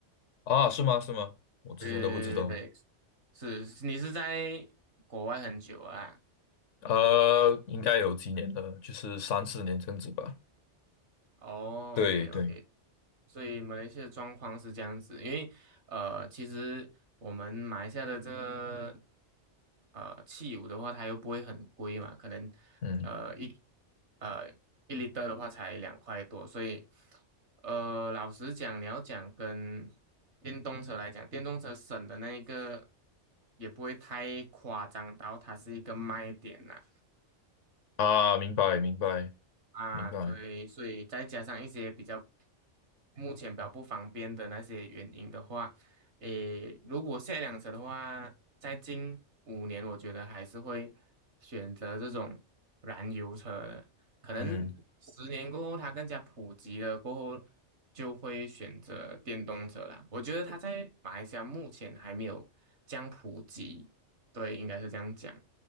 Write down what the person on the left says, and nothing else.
啊，是吗？是吗？我之前都不知道。
呃，应该有几年了，就是三四年这样子吧。
对对，
嗯
啊，明白明白
明白，
嗯，